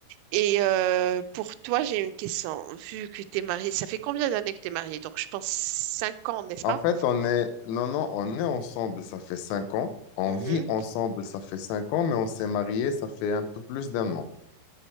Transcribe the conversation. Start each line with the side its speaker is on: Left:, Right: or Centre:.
Right: Et euh, pour toi, j'ai une question. Vu que tu es mariée, ça fait combien d'années que tu es mariée? Donc je pense cinq ans, n'est-ce
Left: En
Right: pas?
Left: fait, on est, non, non, on est ensemble, ça fait cinq ans. On
Right: Mhm.
Left: vit ensemble, ça fait cinq ans, mais on s'est mariés, ça fait un peu plus d'un an.